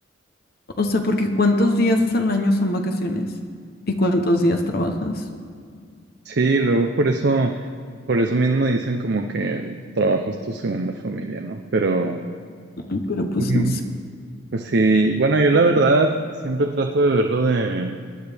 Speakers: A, on the left; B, on the right.
A: O sea, porque ¿cuántos días al año son vacaciones? ¿Y cuántos días trabajas?
B: Sí, luego por eso, por eso mismo dicen como que el trabajo es tu segunda familia, ¿no? Pero
A: Mm, Pero pues
B: Ujú.
A: no sé.
B: pues sí, bueno, yo la verdad siempre trato de verlo de,